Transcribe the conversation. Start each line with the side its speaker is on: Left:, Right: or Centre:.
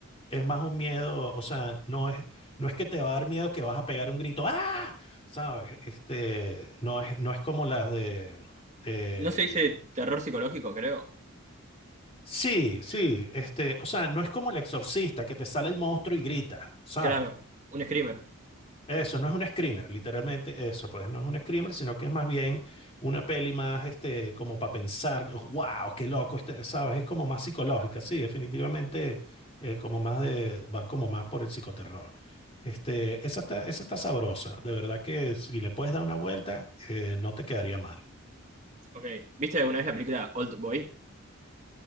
Left: es más un miedo, o sea, no es, no es que te va a dar miedo que vas a pegar un grito, ¡ah! ¿Sabes? Este, no es, no es como las de... eh,
Right: No se dice terror psicológico, creo.
Left: sí, sí, este, o sea, no es como el exorcista que te sale el monstruo y grita, ¿sabes?
Right: Claro, un screamer.
Left: Eso no es un screamer, literalmente eso, pues no es un screamer, sino que es más bien una peli más, este, como para pensar, wow, qué loco, este", ¿sabes? Es como más psicológica, sí, definitivamente, eh, como más de, va como más por el psicoterror. Este, esa está, esa está sabrosa, de verdad que si le puedes dar una vuelta, eh, no te quedaría mal.
Right: Ok. ¿Viste alguna vez la película Old Boy?